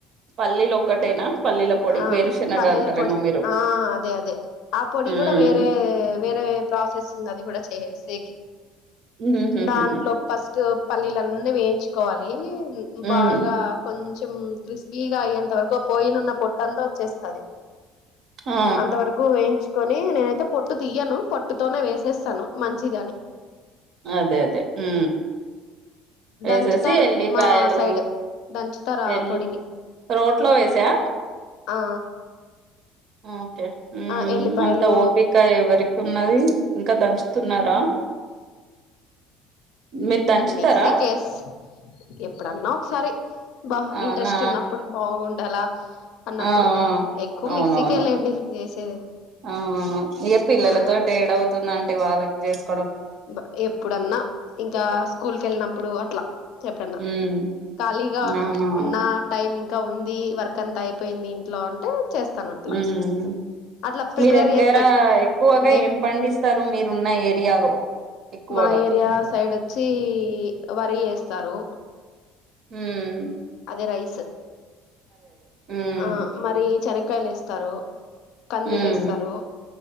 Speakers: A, on the right; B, on the left.
A: పల్లీలు ఒక్కటేనా పల్లీల పొడి
B: ఆ
A: వేరుశనగ
B: పల్లీల
A: అంటారేమో
B: పొడి
A: మీరు
B: ఆ అదే అదే ఆ పొడి
A: హ్మ్
B: కూడా వేరే వేరే ప్రాసెస్ ఉంది అది కూడా చేసేకి
A: హుహుహు
B: దాంట్లో ఫస్ట్ పల్లీలన్నీ వేయించుకోవాలి ఉ
A: హ్మ్
B: బాగా కోన్ కొంచెం క్రిస్పీగా అయేంత వరకు పోయినున్న పొట్టు అంతా వచ్చేస్తది
A: ఆ
B: అంత వరకు ఎంచు కొని నేనైతే పొట్టు తీయను పొట్టుతోనే వేసేస్తాను మంచి ధని
A: అదే అదే ఉ వేసేసి
B: దంచుతారు
A: ఎల్లిపాయలు
B: మా సైడ్ దంచుతారు ఆ
A: ఎల్
B: పొడిని
A: రోట్లో వేసా
B: అ ఆ
A: ఓకే ఉమ్
B: ఆ ఎల్లిపాయలు
A: అంత ఓపిక ఎవరికి ఉన్నది ఇంకా దంచుతున్నారా మీరు దంచుతారా
B: మెక్సికెస్ ఎప్పుడన్నా ఒకసారి బాగా
A: అవునా
B: ఇంట్రెస్ట్ ఉన్నప్పుడు బాగుండాలా అన్నప్పుడు
A: ఆ ఆ
B: ఎక్కువ
A: అవునవును
B: మిక్సీకేలేండి చేసేది
A: అవును ఇయ పిల్లలతో
B: ఆ
A: ఏడవుతుంద అంటే వాళ్ళకి చేసుకో
B: బ ఎప్పుడన్నా ఇంకా స్కూల్ క వెళ్ళినప్పుడు అట్లా ఎప్పుడన్నా
A: హ్మ్
B: ఖాళీగా
A: అవును
B: ఉన్న టైం ఇంకా ఉంది వర్క్ అంత అయిపోయింది ఇంట్లో అంటే చేస్తాను అట్లా
A: ఉమ్
B: అట్లా ప్రిపేర్
A: మీ దగ్గర
B: చేసి పెట్టు
A: ఎక్కువగా
B: ముందే
A: ఏం పండిస్తారు మీరున్న ఏరియాలో ఎక్కువగా
B: మా ఏరియా సైడ్ వచ్చి వరి వేస్తారు
A: ఊమ్
B: అదే రైస్
A: ఉమ్
B: ఆ మరి చెనకాయలు వేస్తారు కందిలు
A: ఉమ్
B: వేస్తారు